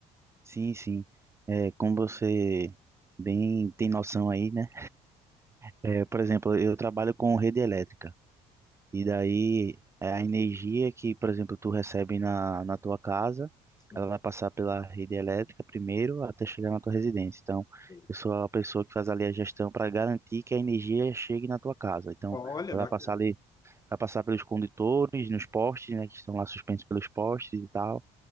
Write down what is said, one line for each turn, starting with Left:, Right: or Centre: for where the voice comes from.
Right: Sim, sim. É, como você bem tem noção aí, né? É, por exemplo, eu trabalho com rede elétrica e daí é, a energia que, por exemplo, tu recebe na, na tua casa,
Left: Sim.
Right: ela vai passar pela rede elétrica primeiro até chegar na tua residência. Então,
Left: Sim.
Right: eu sou a pessoa que faz ali a gestão para garantir que a energia chegue na tua casa. Então,
Left: Olha,
Right: ela
Left: bacana.
Right: vai passar ali, vai passar pelos condutores, nos postes, né, que estão lá suspensos pelos postes e tal,